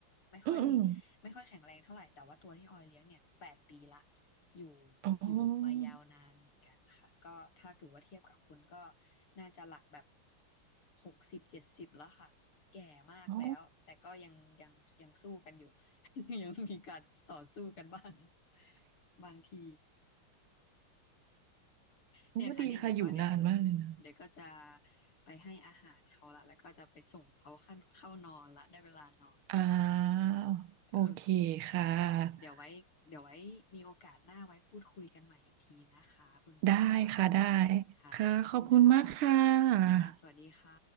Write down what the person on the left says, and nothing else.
ไม่ค่อย
ไม่ค่อยแข็งแรงเท่าไหร่แต่ว่าตัวที่ออยเลี้ยงเนี่ยแปดปีละอยู่
อยู่มายาวนานเหมือนกันค่ะก็ถ้าเกิดว่าเทียบกับคนก็น่าจะหลักแบบหกสิบเจ็ดสิบแล้วค่ะแก่มากแล้วแต่ก็ยังยังยังสู้กันอยู่
<laughs> ยังมีการต่อสู้กันบ้างบางที
เนี่ยค่ะนี่เดี๋ยวก็เดี๋ยวเดี๋ยวก็จะไปให้อาหารเขาละแล้วก็จะไปส่งเขาขั้นเข้านอนละได้เวลานอนกันละ
โอเคค่ะ
เดี๋ยวไว้เดี๋ยวไว้มีโอกาสหน้าไว้พูดคุยกันใหม่อีกทีนะคะคุณปราง
ค่ะขอบคุณค่ะ
ค่ะสวัสดีค่ะ